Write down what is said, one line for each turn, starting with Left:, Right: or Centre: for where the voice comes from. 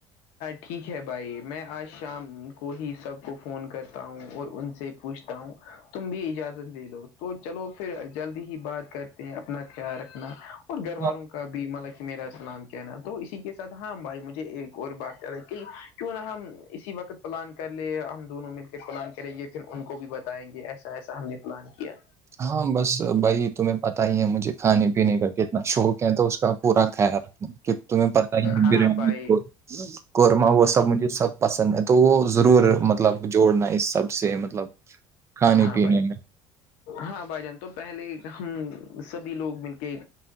Left: ٹھیک ہے بھائی میں آج شام کو ہی سب کو فون کرتا ہوں اور ان سے پوچھتا ہوں تم بھی اجازت لے لو تو چلو پھر جلدی ہی بات کر اپنا خیال رکھنا اور گھر والوں
Right: ہاں
Left: کا بھی مطلب میرا سلام کہنا تو اسی کے ساتھ ہاں بھائی مجھے اور بات چ رہی کہ کیوں نہ ہم اسی وقت پلان کر لے ہم دونوں مل کے پلان کریں یہ پن ان کو بھی بتائیں گے ایسا ایسا ہم نے پلان کیا
Right: ہاں بس بھائی تمہیں پت ہی ہے مجھے کھانے پینے کا کتنا شوق کہ تو اس کا پورا خیال رکھنا کہ تمہیں پتتا ہی ہے
Left: ہاں
Right: بریانی
Left: بھائی
Right: کو قورمہ وہ سب مجھے سب پسند ہے تو وہ ضرور مطلب جوڑنا ہے اس سب سے مطلب کھانے
Left: ہاں
Right: پینے
Left: بھائی
Right: میں
Left: ہاں بھائی جان تو پہلے ہم سبھی لوگ مل کے